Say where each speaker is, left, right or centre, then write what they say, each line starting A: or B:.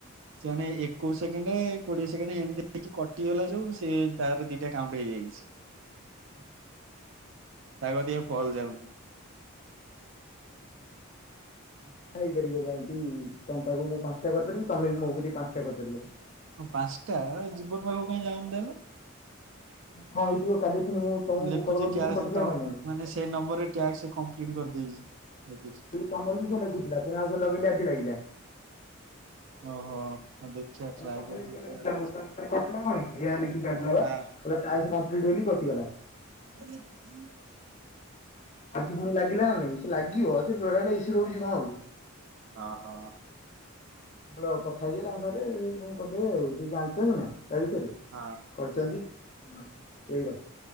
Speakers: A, on the right; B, on the left.
A: ସେମାନେ ଏକୋଷ ସେକେଣ୍ଡେ କୋଡିଏ ସେକେଣ୍ଡେ ଏମିତି ହେଇକି କଟିଗଲା ଯୋଉ ସେ ତାର ଦିଟା କାଉଣ୍ଟ ହେଇଯାଇଛି।
B: ହୁଁ ହୁ
A: ତାକ ଦିକେ କଲ ଯାଉନି।
B: ହୁଁ ହୁଁ। ପାଞ୍ଚଟା ହେଇପାରିବ ବା ଏମିତି ତମ ପାଖକୁ ମୁଁ ପାଞ୍ଚଟା କରିପାରିବି ତମେ ବି ମୋ କତିକି ପାଞ୍ଚଟା କରିପାରିବ।
A: ହଁ ପାଞ୍ଚଟା ଜୀବନ ପାଖକୁ କାଇଁ ଜାଉନି ତେଣୁ
B: କଣ ହେଇଥିବ କାଲି ଫୁଣି ମୁଁ ତମକୁ
A: ଲେଖୁଛି
B: କରିଥିଲି
A: ଟ୍ୟାକ୍ସ
B: ପୁଣି କଟିଲା
A: ତ
B: ନା ନାଇଁ।
A: ମାନେ ସେଇ ନମ୍ବର ରେ ଟ୍ୟାକ୍ସ କମ୍ପ୍ଲିଟ କରିଦିଆଯାଇଛି।
B: ତମର ବି ସେଇଆ ଲେଖୁଥିଲା ପୁଣି ଆଉ ଥରେ ଲେଗେଇଲି ଆଜି ଲାଗିଲା।
A: ଓହୋ ଦେଖିବା ଟ୍ରାଏ
B: ତମର
A: କରିବି।
B: ବି ସେଇଆ ଲେଖୁଥିଲା <unintelligible> ମୋର କଟିଲା କଣ ପାଇଁ ଗି ଏଇୟା ଲେଖି କାଟି ଦେଲା
A: ହଁ
B: ବା ଟ୍ଯାକ୍ସ କମ୍ପ୍ଲିଟ୍ ବୋଲି କଟିଗଲା।
A: <unintelligible>
B: ଆଜି ପୁଣି ଲାଗିଲା ନା ନାଇଁ ସେ ଲାଗିବ ସେ ବେଳେ ବେଳେ ଇସୁ ରହୁଛି କଣ ଆଉ।
A: ଓହୋ
B: ହାଲୋ କଥା ହେଇଯିବେ ତାଙ୍କ ସାଙ୍ଗ ରେ ବୋଧେ ସେ ଜାଣିଛନ୍ତି ନା ତା ବିଷୟରେ
A: ହଁ
B: କରିଛନ୍ତି ସେଇ କଥା।